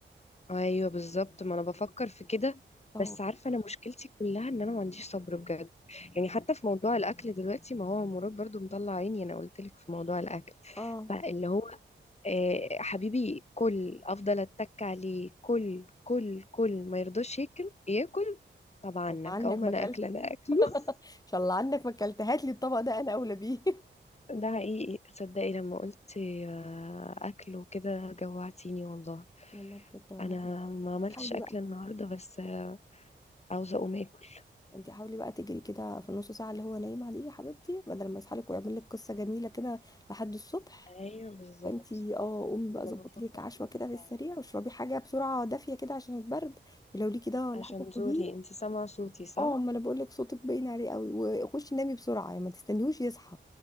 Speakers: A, on the left (about 35°); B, on the left (about 20°).
A: ايوه بالظبط ما انا بفكر في كده
B: اه
A: بس عارفه انا مشكلتي كلها ان انا ما عنديش صبر بجد يعني حتى في موضوع الاكل دلوقتي ما هو مراد برضو مطلع عيني انا قلت لك في موضوع الاكل
B: اه
A: فاللي هو آه، حبيبي كل افضل اتك عليه كل كل كل ما يرضاش ياكل ياكل طب عنك
B: طب عنك
A: او ما
B: ما
A: انا
B: اكلت
A: اكله انا اكله <laughs>
B: ان شاء الله عنك ما اكلت هات لي الطبق ده انا اولى بيه
A: ده حقيقي صدقي لما قلت آه، اكل وكده جوعتيني والله
B: <laughs> والله بجد انا
A: انا
B: كده
A: ما عملتش
B: حاولي
A: اكل
B: بقى
A: النهارده بس آه، عاوزه اقوم اكل
B: انت حاولي بقى تجري كده في النص ساعه اللي هو نايم عليه يا حبيبتي بدل ما يصحى لك ويعمل لك قصه جميله كده لحد الصبح
A: ايوه بالظبط
B: فانتي اه قومي
A: ما
B: بقى
A: انا
B: ظبطي
A: بفكر
B: لك عشوه
A: في كده
B: كده في
A: فعلا
B: السريع واشربي حاجه بسرعه دافيه كده عشان البرد ولو ليكي ده ولا
A: عشان
B: حاجه
A: زوري
B: خديه
A: انت سامعه صوتي صح
B: اه ما انا بقول لك صوتك باين عليه قوي وخشي نامي بسرعه يعني ما تستنيهوش يصحى